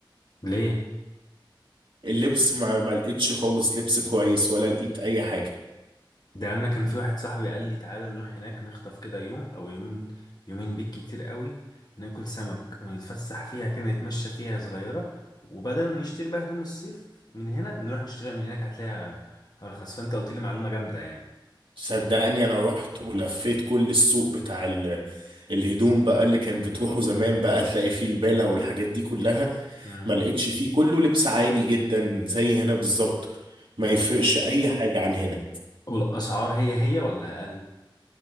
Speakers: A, on the left; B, on the right.
A: ليه
B: اللبس ما ما لقيتش خالص لبس كويس ولا لقيت اي حاجه
A: ده انا كان في واحد صاحبي قال لي تعالى نروح هناك نخطف كده يوم او يوم يومين بالكتير قوي ناكل سمك ونتفسح فيها كده نتمشى فيها صغيرة وبدل ما نشتري بقى هدوم الصيف من هنا نروح نشتريها من هناك هتلاقيها ارخص فانت قلت لي معلومة جامدة يعني
B: صدقني انا رحت ولفيت كل السوق بتاع ال... الهدوم بقى اللي كان بتروحوا زمان بقى تلاقي فيه البالة والحاجات دي كلها
A: امم
B: ما لقيتش فيه كله لبس عادي جدا زي هنا بالظبط ما يفرقش اي حاجه عن هنا
A: والاسعار هي هي ولا اقل